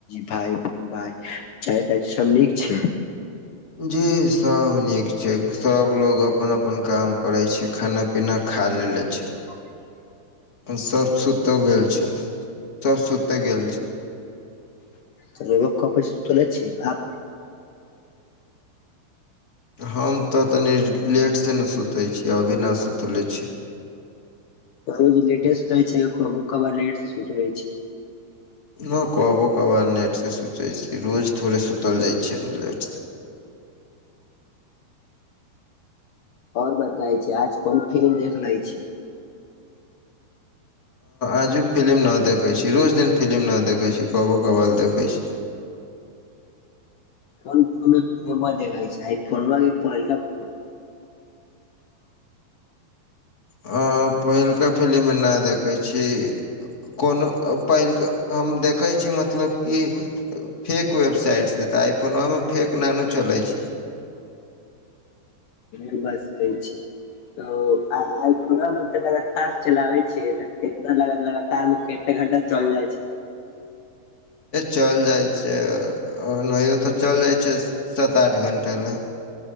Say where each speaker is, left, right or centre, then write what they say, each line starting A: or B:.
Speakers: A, on the left (about 75°); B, on the left (about 20°).
A: भइ भाय चच सभ नीक छै,
B: जी सब नीक छै सब लोग अपन अपन काम करै छै खाना। खाना पीना खा लेले छै,
A: आ।
B: सभ सुतो गेल छै सभ सुतो गेल छै।
A: तऽ पै श तऽ नहि छै आ।
B: हम तऽ तनि लेटसँ ने सुतै छी अभी नहि सुतले छी।
A: रोज लेटे सुध होई छैब लेट से सुध रहइ छै,
B: नहि कहबो कबाल नेटसँ सुचै छी रोज थोड़े सुतल जाइ छियै नेटसँ।
A: ओर बताय छै आज कोन फिलिम देख ले छै,
B: आजू फिलिम नहि देखैत छी रोज दिन फिलिम नहि देखैत छी कबो कबल देखैत छीय
A: कोन फमा देखै छै फो पलक
B: ह पहिलुका फिलिममे नहि देखै छी, कोनो पहिल कऽ हम देखै छी मतलब कि फेक वेबसाइट छै तऽ आई फोन ओहिमे फेक नानू चलै छै,
A: ई बात सही छै तऽ आई फोना मे लगातार चलावे छी तऽ कितना लगातार मे एक घण्टा चाएले जाई छै,
B: चल जाइत छैनाहियो तऽ चल जाइत छै सात आठ घण्डा ले,